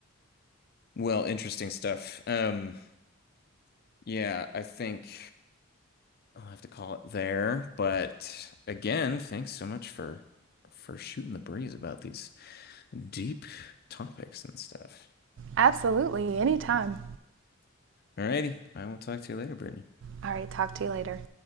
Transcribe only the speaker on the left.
Well, interesting stuff. Um, yeah, I think I'll have to call it there, but again, thanks so much for for shooting the breeze about these deep topics and stuff.
Alrighty, I will talk to you later, Brittany.